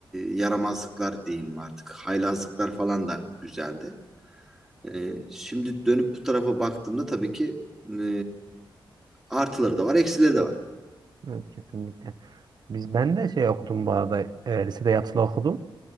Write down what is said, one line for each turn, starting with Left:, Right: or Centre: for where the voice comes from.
Centre: yaramazlıklar diyeyim artık. Haylazlıklar falan da güzeldi. Ee, şimdi dönüp bu tarafa baktığımda tabii ki e, artıları da var, eksileri de var.
Right: Evet kesinlikle. Biz ben de şey okudum bu arada e, lisede yatılı okudum.